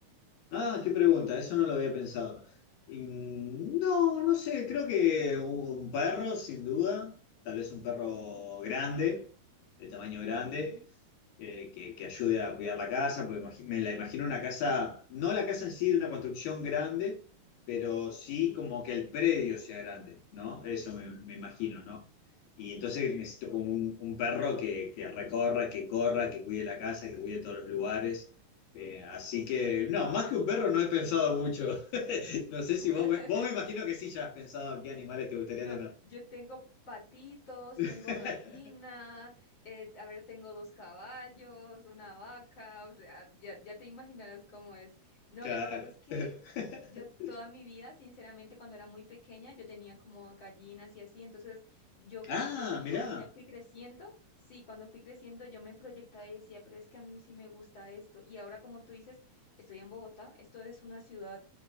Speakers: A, on the left; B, on the left.
A: Ah, qué pregunta, eso no lo había pensado. Mm, No, no sé, creo que un un perro, sin duda, tal vez un perro
B: Sí,
A: grande, de tamaño grande
B: sí,
A: eh, que, que ayude a cuidar la casa, porque imagi- me la imagino una casa, no la casa en sí de una construcción grande, pero sí
B: sí.
A: como que el predio sea grande, ¿no? Eso me, me imagino, ¿no? Y entonces necesito
B: ok.
A: como un, un perro que, que recorra, que corra, que cuide la casa, que cuide todos los lugares. Eh, así que, no, más que un perro no he pensado mucho. <laughs> No sé
B: <laughs>
A: si vos, me- vos me imagino que sí ya has pensado qué animales te gustaría
B: No,
A: tener.
B: yo tengo patitos,
A: <laughs>
B: tengo gallina, eh, a ver, tengo dos caballos, una vaca, o sea, ya, ya te imaginarás cómo es. No,
A: Claro.
B: lo que pasa es que
A: <laughs>
B: yo toda mi vida, sinceramente, cuando era muy pequeña, yo tenía como gallinas y así, entonces yo,
A: Ah,
B: yo
A: mirá.
B: cuando ya fui creciendo, sí, cuando fui creciendo yo me proyectaba y decía, pero es que a mí sí me gusta esto. Y ahora, como tú dices, estoy en Bogotá, esto es una ciudad